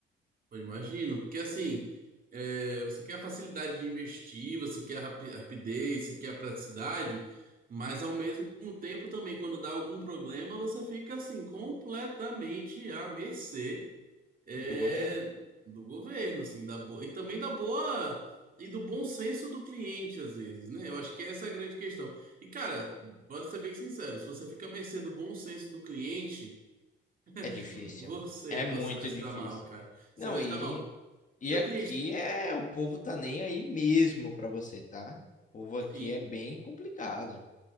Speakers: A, on the right (about 45°); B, on the left (about 40°).
A: Eu imagino, porque assim, é, você quer a facilidade de investir, você quer a rapi- rapidez, você quer a praticidade, mas ao mesmo tempo também, quando dá algum problema, você fica assim, completamente à mercê, é,
B: do governo.
A: do governo, assim, da boa, e também da boa e do bom senso do cliente, às vezes, né? Eu acho que essa é a grande questão. E, cara, bora ser bem sincero, se você fica à mercê do bom senso do cliente,
B: É difícil.
A: <laughs> você,
B: É
A: você
B: muito
A: vai se
B: difícil.
A: dar mal, cara. Você
B: Não,
A: vai
B: e,
A: se dar mal.
B: e
A: Porque
B: aqui
A: o cliente.
B: é o povo tá nem aí mesmo pra você, tá? O povo aqui
A: Sim,
B: é bem complicado.